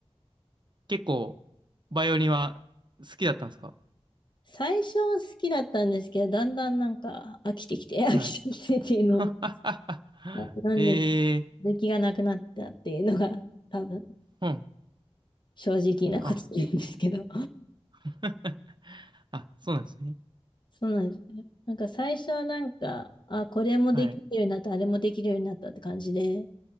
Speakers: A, on the right; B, on the left.
A: 結構、バイオリンは好きだったんですか
B: 最初は好きだったんですけど、だんだんなんか飽きてきて、<laughs> 飽きてきてっていうのを、
A: はい。<laughs> はっはっはええ
B: ななんで、続きがなくなったっていうのが、多分、
A: ー、うん。
B: 正直なことなんですけど。
A: あ、<laughs> あ、そうなんですね。
B: そうなんですね。なんか最初はなんか、あ、これもできるようになった、
A: はい。
B: あれもできるようになったって感じで、